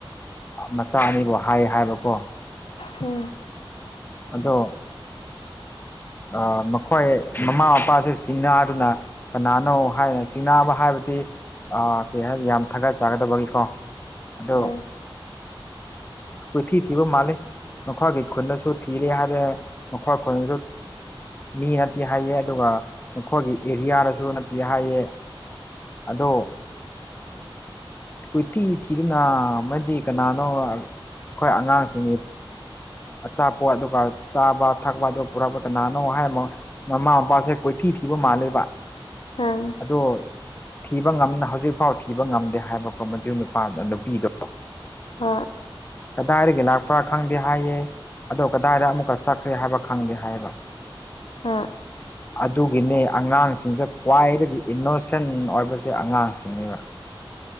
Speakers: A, on the left; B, on the left.
A: ꯃꯆꯥ ꯑꯅꯤꯕꯨ ꯍꯥꯏ ꯍꯥꯏꯕꯀꯣ
B: ꯎꯝ
A: ꯑꯗꯣ ꯑ ꯃꯈꯣꯏ ꯃꯃꯥ ꯃꯄꯥꯁꯦ ꯆꯤꯡꯅꯥꯗꯨꯅ ꯀꯅꯥꯅꯣ ꯍꯥꯏꯅ ꯆꯤꯡꯅꯥꯕ ꯍꯥꯏꯕꯗꯤ ꯑ ꯀꯩ ꯍꯥꯏꯅꯤ ꯌꯥꯝ ꯊꯥꯒꯠꯆꯥꯒꯗꯧꯕꯒꯤꯀꯣ ꯑꯣ
B: ꯎꯝ
A: ꯀꯣꯏꯊꯤ ꯊꯤꯕ ꯃꯥꯜꯂꯤ ꯃꯈꯣꯏꯒꯤ ꯈꯨꯅꯁꯨ ꯊꯤꯔꯦ ꯍꯥꯏꯔꯦ ꯃꯈꯣꯏ ꯈꯨꯟꯅꯁꯨ ꯃꯤ ꯅꯠꯇꯦ ꯍꯥꯏꯌꯦ ꯑꯗꯨꯒ ꯃꯈꯣꯏꯒꯤ ꯑꯦꯔꯤꯌꯥꯗꯁꯨ ꯅꯠꯇꯦ ꯍꯥꯏꯌꯦ ꯑꯗꯣ ꯀꯠꯇꯤ ꯆꯤꯔꯅ ꯃꯃꯦꯗꯤ ꯀꯅꯥꯅꯣ ꯑꯩꯈꯣꯏ ꯑꯉꯥꯡꯁꯤꯡꯅꯤ ꯑꯆꯥꯄꯣꯠ ꯑꯗꯨꯒ ꯆꯥꯕ ꯊꯛꯄ ꯑꯗꯨꯒ ꯄꯨꯔ ꯀꯅꯥꯅꯣ ꯍꯥꯏꯔꯃꯣ ꯃꯃꯥ ꯃꯄꯥꯁꯦ ꯀꯣꯏꯊꯤ ꯊꯤꯕ ꯃꯥꯜꯂꯦꯕ
B: ꯑꯝ
A: ꯑꯗꯣ ꯊꯤꯕ ꯉꯝꯅ ꯍꯧꯖꯤꯛꯐꯥꯎ ꯊꯤꯕ ꯉꯝꯗꯦ ꯍꯥꯏꯕꯀꯣ ꯃ ꯅꯨꯄꯥ ꯅꯨꯄꯤꯗꯣ
B: ꯑꯥ
A: ꯀꯗꯥꯏꯗꯒꯤ ꯂꯥꯛꯄ꯭ꯔꯥ ꯈꯪꯗꯦ ꯍꯥꯏꯌꯦꯦ ꯑꯗꯣ ꯀꯗꯥꯏꯗ ꯑꯃꯨꯛꯀ ꯆꯠꯈ꯭ꯔꯦ ꯍꯥꯏꯕ ꯈꯪꯗꯦ ꯍꯥꯏꯕ
B: ꯍꯥꯥ
A: <inaudible> ꯑꯗꯨꯒꯤꯅꯦ ꯑꯉꯥꯡꯁꯤꯡꯁꯦ ꯈ꯭ꯋꯥꯏꯗꯒꯤ ꯏꯅꯣꯁꯦꯟ ꯑꯣꯏꯕꯁꯦ ꯑꯉꯥꯡꯁꯤꯡꯅꯦꯕ